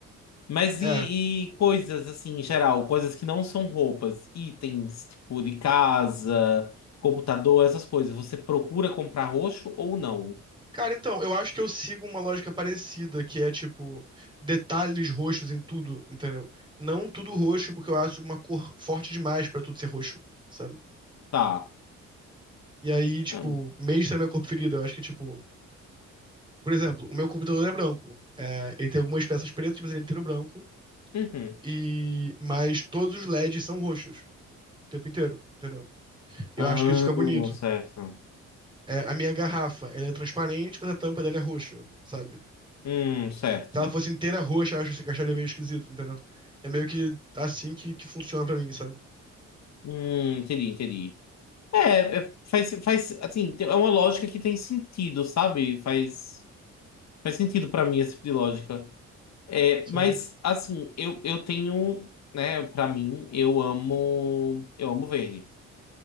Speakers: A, on the left; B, on the right.
A: Mas
B: É.
A: e, e coisas assim, em geral, coisas que não são roupas, itens, tipo de casa, computador, essas coisas, você procura comprar roxo ou não?
B: Cara, então, eu acho que eu sigo uma lógica parecida, que é tipo, detalhes roxos em tudo, entendeu? Não tudo roxo, porque eu acho uma cor forte demais pra tudo ser roxo, sabe?
A: Tá.
B: E aí, tipo,
A: Hum,
B: mesmo na minha cor preferida, eu acho que, tipo, por exemplo, o meu computador é branco. É, ele tem algumas peças pretas, mas ele é inteiro branco.
A: uhum.
B: E... Mas todos os LEDs são roxos, o tempo inteiro, entendeu? Eu
A: Ah,
B: acho que isso fica bonito.
A: certo.
B: É, a minha garrafa, ela é transparente, mas a tampa dela é roxa, sabe?
A: Hum, certo.
B: Se ela fosse inteira roxa, eu acho que acharia meio esquisito, entendeu? É meio que assim que, que funciona pra mim, sabe?
A: Hum, entendi, entendi. É, é, faz, faz, assim, é uma lógica que tem sentido, sabe? Faz, faz sentido pra mim esse tipo de lógica. É,
B: Sim.
A: mas assim, eu, eu tenho, né, pra mim, eu amo, eu amo verde,